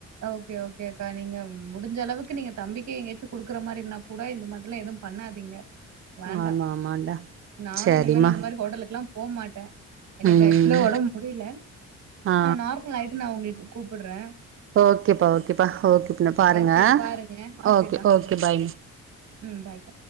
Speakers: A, on the right; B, on the right.
A: ஓகே-ஓகே அக்கா நீங்க முடிஞ்ச அளவுக்கு நீங்க தம்பிக்கை எங்கயாச்சும் குடுக்குற இந்த மாதிரினா கூட இந்த மாதிரி எல்லாம் எதுவும் பண்ணாதீங்க வேண்டா
B: ஆமா ஆமாடா
A: நானு
B: சரிம்மா
A: இனிமல இந்த மாதிரி ஹோட்டலுக்கு லா போக மாட்டே எனக்கு
B: ம்
A: ஆக்சுவுலா உடம்பு முடியல
B: ஆ
A: ஆஹ நார்மல் ஆயிட்டு நான் உங்களுக்கு கூப்பிடுறேன்
B: ஓகேப்பா-ஓகேப் ப்ப ஓகே இப்ப ந பாருங்க
A: சேரி பாருங்க ஓகேக்கா
B: ஓகே-ஓகே பை
A: ம் பாய்க்கா